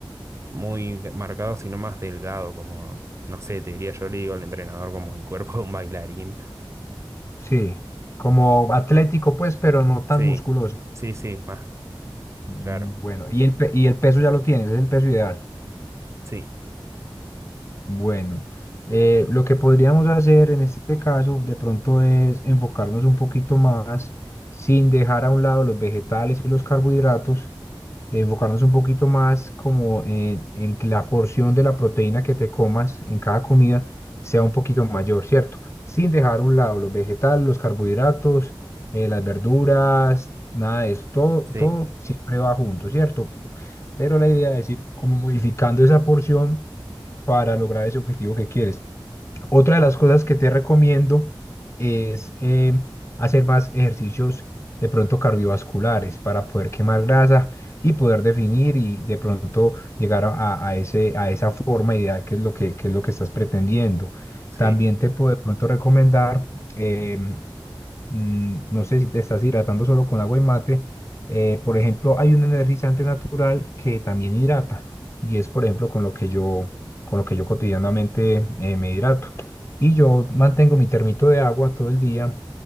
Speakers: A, on the right (about 35°); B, on the left (about 30°).
A: muy marcado, sino más delgado, como, no sé, te diría yo, le digo al entrenador como el cuerpo de un bailarín.
B: Sí, como atlético pues, pero no tan
A: Sí,
B: musculoso.
A: sí, sí, más,
B: Mm,
A: claro.
B: Bueno, y el, pe- y el peso ya lo tienes, es el peso ideal.
A: Sí,
B: Bueno, eh, lo que podríamos hacer en este caso de pronto es enfocarnos un poquito más sin dejar a un lado los vegetales y los carbohidratos eh, enfocarnos un poquito más como en, en que la porción de la proteína que te comas en cada comida sea un poquito mayor, ¿cierto? Sin dejar a un lado los vegetales, los carbohidratos, eh, las verduras, nada de eso, todo,
A: sí,
B: todo siempre va junto, ¿cierto? Pero la idea es ir como modificando esa porción para lograr ese objetivo que quieres. Otra de las cosas que te recomiendo es eh, hacer más ejercicios de pronto cardiovasculares para poder quemar grasa y poder definir y de pronto llegar a, a- a ese, a esa forma ideal que es lo que, que es lo que estás pretendiendo.
A: sí,
B: También te puedo de pronto recomendar em, mm, no sé si te estás hidratando solo con agua y mate. eh, por ejemplo, hay un energizante natural que también hidrata y es, por ejemplo, con lo que yo, con lo que yo cotidianamente eh, me hidrato. Y yo mantengo mi termito de agua todo el día,